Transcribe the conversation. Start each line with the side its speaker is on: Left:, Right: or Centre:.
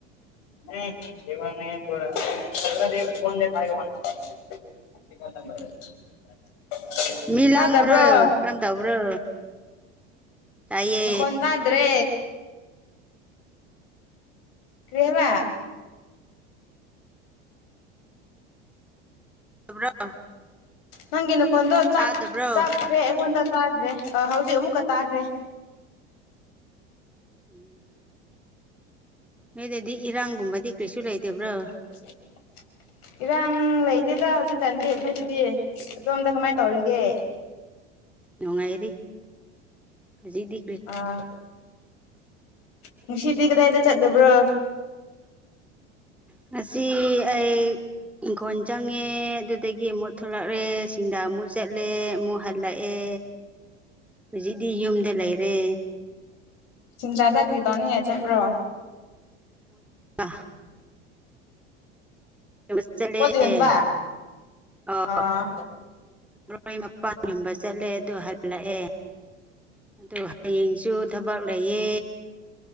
Left: <unintelligible> <unintelligible>
Centre: ꯃꯤ
Left: ꯇꯥꯗꯕ꯭ꯔꯣ
Centre: ꯂꯥꯡꯕ꯭ꯔꯣ ꯀꯝ ꯇꯧꯕ꯭ꯔꯣ ꯇꯥꯏꯌꯦ
Left: ꯅꯈꯣꯟ ꯇꯥꯗ꯭ꯔꯦ ꯀꯔꯤ ꯍꯥꯏꯕꯥ
Centre: <unintelligible>
Left: ꯅꯪꯒꯤ ꯅꯈꯣꯟꯗꯣ ꯆꯥꯞ
Centre: ꯇꯥꯗꯕ꯭ꯔꯣ
Left: ꯆꯥꯈ꯭ꯔꯦ ꯑꯩꯉꯣꯟꯗ ꯇꯥꯗ꯭ꯔꯦ ꯑ ꯍꯧꯖꯤꯛ ꯑꯃꯨꯛꯀ ꯇꯥꯈ꯭ꯔꯦ
Centre: ꯎꯝ ꯅꯣꯏꯗꯗꯤ ꯏꯔꯥꯡꯒꯨꯝꯕꯗꯤ ꯀꯩꯁꯨ ꯂꯩꯇꯕ꯭ꯔꯣ
Left: <inaudible> ꯏꯔꯥꯡ ꯂꯩꯇꯦꯗ ꯍꯧꯖꯤꯛꯀꯥꯟꯗꯤ ꯑꯩꯈꯣꯏꯗꯗꯤ ꯑꯗꯣꯝꯗ ꯀꯃꯥꯏꯅ ꯇꯧꯔꯤꯒꯦ
Centre: ꯅꯨꯡꯉꯥꯏꯔꯤ ꯍꯨꯖꯤꯛꯗꯤ
Left: ꯑꯥ ꯉꯅꯨꯡꯁꯤꯗꯤ ꯀꯗꯥꯏꯗ ꯆꯠꯂꯨꯕ꯭ꯔꯣ
Centre: ꯉꯁꯤ ꯑꯩ ꯏꯪꯈꯣꯜ ꯆꯪꯉꯦ ꯑꯗꯨꯗꯒꯤ ꯑꯃꯨꯠ ꯊꯂꯛꯑꯦ ꯁꯤꯡꯗ ꯑꯃꯨꯠ ꯆꯠꯂꯦ ꯑꯃꯨꯛ ꯍꯜꯂꯛꯑꯦ ꯍꯧꯖꯤꯛꯇꯤ ꯌꯨꯝꯗ ꯂꯩꯔꯦ
Left: ꯁꯤꯡꯗꯥꯗ ꯀ꯭ꯔꯤ ꯇꯧꯅꯤꯡꯉꯥꯏ ꯆꯠꯄ꯭ꯔꯣ
Centre: ꯑꯥ <unintelligible>
Left: ꯄꯣꯠ ꯌꯣꯟꯕ ꯑꯥ
Centre: ꯃꯔꯣꯏ ꯃꯄꯥꯡ ꯌꫭꯟꯕ ꯆꯠꯂꯦ ꯑꯗꯨ ꯍꯜꯂꯛꯑꯦ ꯑꯗꯨ ꯍꯌꯦꯡ ꯁꯨ ꯊꯕꯛ ꯂꯩꯌꯦ